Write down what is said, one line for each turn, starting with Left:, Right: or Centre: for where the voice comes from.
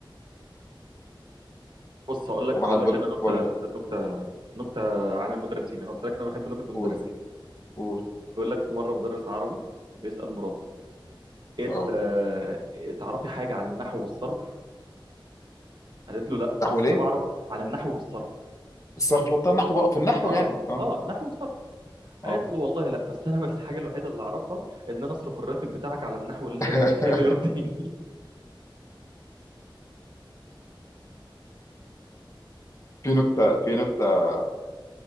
Right: بص هقول لك
Left: واحد
Right: هقول
Left: بيقول
Right: لك انا نكته نكته نكته عن المدرسين انا قلت لك انا بحب نكت المدرسين
Left: قول قول
Right: بيقول لك مره مدرس عربي بيسأل مراته ايه ال-
Left: اه
Right: آه، تعرفي حاجه عن النحو والصرف قالت له لا بس
Left: نحو ليه؟
Right: انا بعرف عن النحو والصرف
Left: الصرف اللي هو بتاع النحو بقى في النحو
Right: اه
Left: يعني اه
Right: اه النحو والصرف
Left: اه
Right: قالت له والله لا بس انا <laughs> بس الحاجه الوحيده اللي اعرفها ان انا اصرف الراتب بتاعك على النحو اللي,
Left: <laughs>
Right: <laughs> اللي يرضيني
Left: في نكتة في نكتة